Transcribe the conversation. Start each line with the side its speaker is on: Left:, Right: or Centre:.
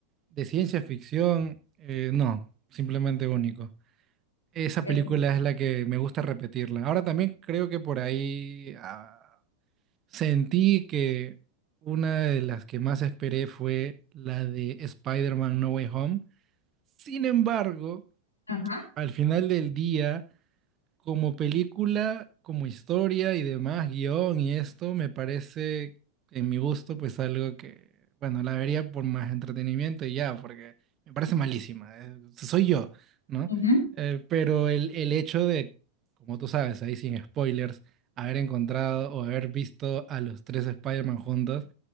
Right: de ciencia ficción. Eh, no, simplemente único. Esa
Left: definitivamente.
Right: película es la que me gusta repetirla. Ahora también creo que por ahí ah, sentí que una de las que más esperé fue la de Spider-Man No Way Home. Sin embargo,
Left: Ajá.
Right: al final del día... Como película, como historia y demás, guión y esto, me parece, en mi gusto, pues algo que, bueno, la vería por más entretenimiento y ya, porque me parece malísima, eh, soy yo, ¿no?
Left: ujú.
Right: Eh, pero el, el hecho de, como tú sabes, ahí sin spoilers, haber encontrado o haber visto a los tres Spider-Man juntos,